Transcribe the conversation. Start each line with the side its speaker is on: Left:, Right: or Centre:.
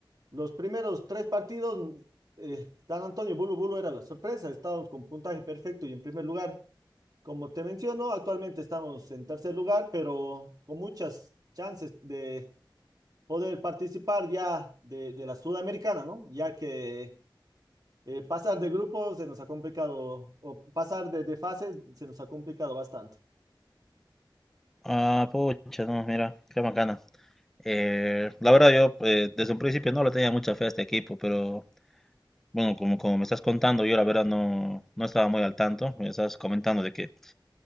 Right: los primeros tres partidos, eh, San Antonio y Bulu Bulu era la sorpresa, estábamos con puntaje perfecto y en primer lugar. Como te menciono, actualmente estamos en tercer lugar, pero con muchas chances de poder participar ya de, de la Sudamericana, ¿no? Ya que eh, pasar de grupos se nos ha complicado, o pasar de, de fases se nos ha complicado bastante.
Centre: Ah, pucha, no, mira, qué bacana. Eh, la verdad yo eh, desde un principio no le tenía mucha fe a este equipo, pero bueno, como, como me estás contando, yo la verdad no, no estaba muy al tanto. Me estás comentando de que